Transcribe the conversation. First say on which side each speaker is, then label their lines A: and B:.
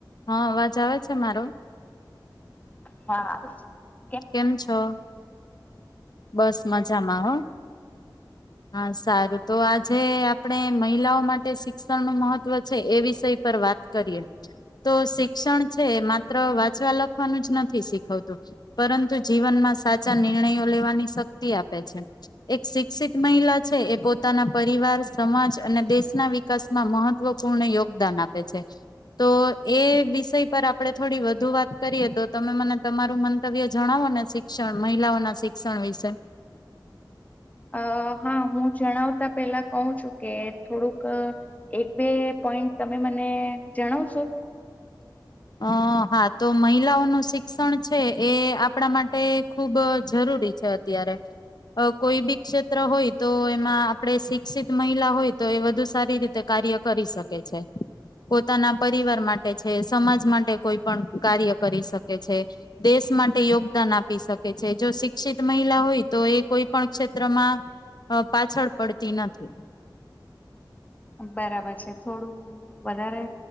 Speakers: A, on the left; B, on the left.
A: હા અવાજ આવે છે મારો?
B: હા આવે છે.
A: કેમ છો? બસ મજામાં હો. હા સારું તો આજ જે આપણે મહિલાઓ માટે શિક્ષણ નું મહત્વ છે. એ વિષય પર વાત કરીએ તો શિક્ષણ છે માત્ર વાંચવા લખવાનું જ નથી શીખવતું પરંતુ જીવનમાં સાચા નિર્ણયો લેવા.. શક્તિ આપે છે. એક શિક્ષિત મહિલા છે એ પોતાના પરિવાર સમાજ અને દેશના વિકાસમાં મહત્વપૂર્ણ યોગદાન આપે છે. તો એ વિષય પર આપણે થોડી વધુ વાત કરીએ તો તમે મને તમારું મંતવ્ય જણાવો ને શિક્ષણ મહિલાઓના શ... શિક્ષણ વિશે..
B: અ.. હા.. હું જણાવતા પેલા કહું છું કે થોડુંક એક- બે પોઈન્ટ તમે મને જણાવશો?
A: અ.. હા.. તો મહિલાઓનું શિક્ષણ છે એ આપણા માટે ખુબ જરૂરી છે. અત્યારે કોઈ બી ક્ષેત્ર હોય તો એમાં આપણે શિક્ષિત મહિલા હોય તો એ વધુ સારી રીતે કાર્ય કરી શકે છે. પોતાના પરિવાર માટે છે... સમાજ માટે કોઈ પણ કાર્ય કરી શકે છે, દેશ માટે યોગદાન આપી શકે છે જો શિક્ષિત મહિલા હોય તો એ કોઈ પણ ક્ષેત્રમાં પાછળ પડતી નથી.
B: બરાબર છે. થોડું વધારે